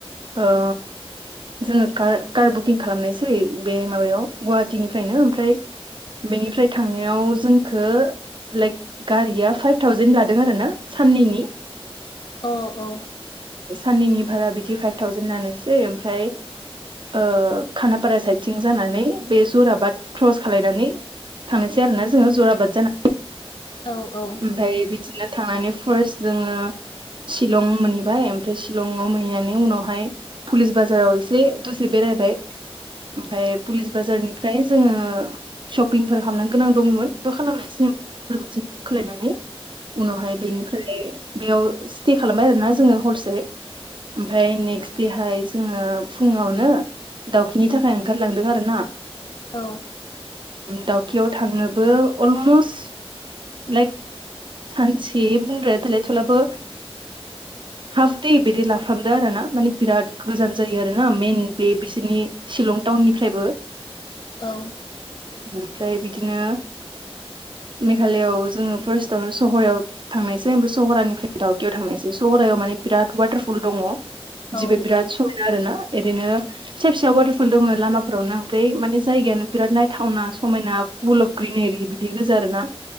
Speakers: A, on the right; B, on the left.
A: ओ जोङो कार कार बुकिं खालामनायसै बे माबायाव गुवाहाटिनिफ्रायनो ओमफ्राय बेनिफ्राय थांनायाव जोंखो लाइक गारिया फाइभ थावजेन लादों आरोना साननैनि
B: अ औ
A: साननैनि भारा बिथि फाइभ थावजेन लानोसै ओमफ्राय ओ खानापारा साइदथिं जानानै बे जराबाद क्रस खालायनानै थांनायसै आरोना जोंङो जराबाद जाना
B: औ औ
A: ओमफ्राय बिदिनो थांनानै फार्स्ट जोङो शिलं मोनहैबाय ओमफ्राय शिलङाव मोनहैनानै उनावहाय पुलिस बाजाराव एसे दसे बेरायबाय ओमफ्राय पुलिस बाजारनिफ्राय जोंङो शपिंफोर खामनो गोनां दंमोन। बुकबो खालामनाय सेम हटेल मोनसे बुक खालायनानै उनावहाय बेनिफ्राय बेयाव स्टे खालामबाय आरोना जोंङो हरसे ओमफ्राय नेक्स्ट देहाय जोङो ओ फुङावनो दावखिनि थाखाय ओंखारलांदों आरोना।
B: औ।
A: दावकियाव थांनोबो अलमस्ट लाइक सानसे बुंद्राया देलाय थेलाबो
B: <inaudible>
A: हाफ दे बिदि लाफ्रामदो आरोना माने बिराद गोजान जायो आरोना मेइन बे बिसोरनि शिलं टाउननिफ्रायबो
B: औ
A: ओमफ्राय बिदिनो मेघालयाव जोङो फार्स्टआवनो सहरायाव थांनायसै ओमफ्राय सहरानिफ्राय दावकियाव थांनायसै सहरायाव माने बिराद वाटारफल दङ।
B: औ
A: जिबो बिराद समायना आरोना एरैनो फिसा फिसा वाटारफल दोङो लामाफोरावनो ओमफ्राय माने जायगायानो बिराद नायथावना समायना फुल ग्रिनेरि बिदि गोजा आरोना